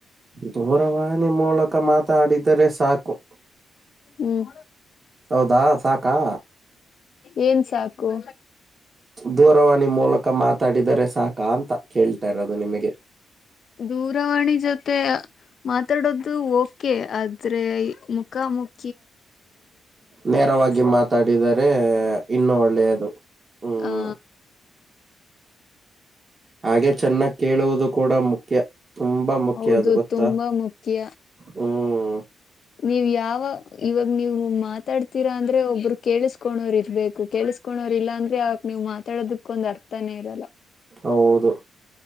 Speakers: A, on the right (about 35°); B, on the left (about 55°).
A: ದೂರವಾಣಿ ಮೂಲಕ ಮಾತಾಡಿದರೆ ಸಾಕು.
B: ಹ್ಮ್
A: ಹೌದಾ ಸಾಕಾ.
B: ಏನ್ ಸಾಕು.
A: ದೂರವಾಣಿ ಮೂಲಕ ಮಾತಾಡಿದರೆ ಸಾಕ ಅಂತ ಕೇಳ್ತಾ ಇರೋದು ನಿಮಿಗೆ.
B: ದೂರವಾಣಿ ಜೊತೆ ಮಾತಾಡೋದು ಓಕೆ ಆದ್ರೇ ಮುಖ ಮುಖ
A: ನೇರವಾಗಿ
B: ಇರುತ್ತೆ.
A: ಮಾತಾಡಿದರೆ ಇನ್ನು ಒಳ್ಳೆಯದು. ಹ್ಮ್
B: ಹಾ
A: ಹಾಗೆ ಚೆನ್ನಾಗ್ ಕೇಳುವುದು ಕೂಡ ಮು ಖ್ಯ ತುಂಬಾ ಮುಖ್ಯ
B: ಹೌದು
A: ಅದು ಗೊತ್ತಾ
B: ತುಂಬಾ ಮುಖ್ಯ
A: ಹ್ಮ್.
B: ನೀವ್ ಯಾವ ಇವಾಗ ನೀವು ಮಾತಾಡ್ತೀರಾ ಅಂದ್ರೆ ಒಬ್ಬರು ಕೇಳುಸ್ಕೋಣರಿರ್ಬೇಕು ಕೇಳಸ್ ಕೋಣರ್ ಇಲ್ಲ ಅಂದ್ರೆ ಅವವಾಗ ನೀವ್ ಮಾತಾಡಕ್ ಒಂದ್ ಅರ್ಥನೇ ಇರಲ್ಲ.
A: ಹೌದು